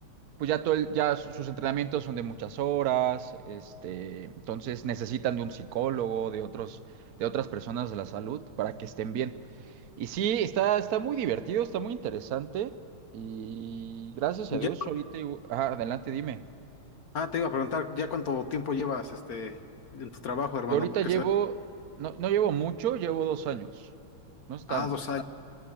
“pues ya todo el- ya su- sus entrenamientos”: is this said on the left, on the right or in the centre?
Right